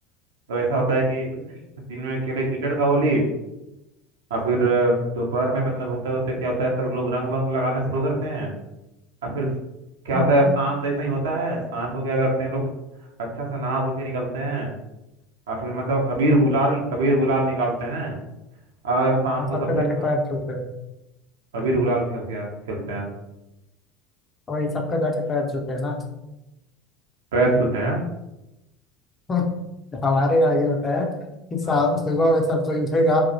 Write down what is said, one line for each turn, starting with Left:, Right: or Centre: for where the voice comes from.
Right: तो ऐसा होता है कि दिन में खेले कीचड़ का होली और फिर दोपहर में मतलब होता होता क्या होता है सब लोग रंग वंग लगाने शुरू करते हैं और फिर क्या
Left: हाँ
Right: होता
Left: हाँ
Right: है शाम जैसा ही होता है शाम को क्या करते हैं लोग अच्छा से नहा धो के निकलते हैं और फिर मतलब अबीर
Left: अभी रिलेटेड
Right: गुलाल अबीर गुलाल निकालते हैं और शाम
Left: सबका
Right: को सब फिर
Left: जाके पैर छूट रहे हैं
Right: अबीर गुलाल खेल के खेलते हैं
Left: वही सबका जाके पैर छूट रहे हैं ना
Right: पैर छूते हैं
Left: <laughs> हमारे यहाँ ये होता है कि सा-
Right: हाँ
Left: सुबह में सब कोई उठेगा